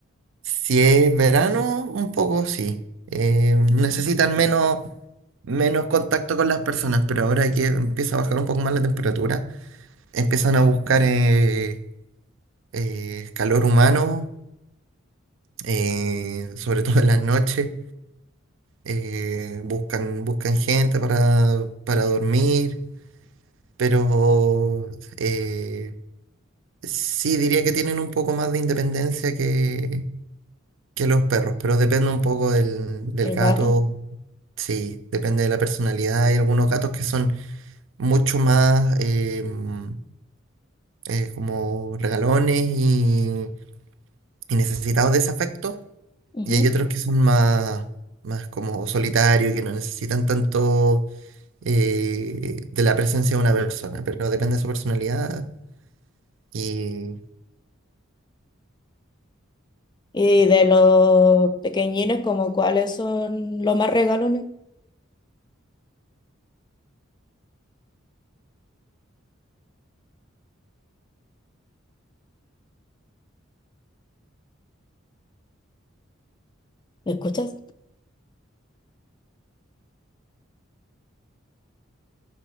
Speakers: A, on the right; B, on the left.
A: Si es verano, un poco sí. Eh, necesitan menos, menos contacto con las personas, pero ahora que empieza a bajar un poco más la temperatura, empiezan a buscar eh, eh, calor humano, eh, sobre todo en las noches. Eh, buscan, buscan gente para, para dormir, pero eh, sí diría que tienen un poco más de independencia que los perros, pero depende un poco del, del
B: El
A: gato,
B: gato.
A: sí, depende de la personalidad. Hay algunos gatos que son mucho más eh, mm, eh, como regalones y, y necesitados de ese afecto,
B: Ujú.
A: y hay otros que son más, más como solitarios y que no necesitan tanto eh, de la presencia de una persona, pero depende de su personalidad y,
B: Y de los pequeñines, como cuáles son los más regalones. ¿Me escuchas?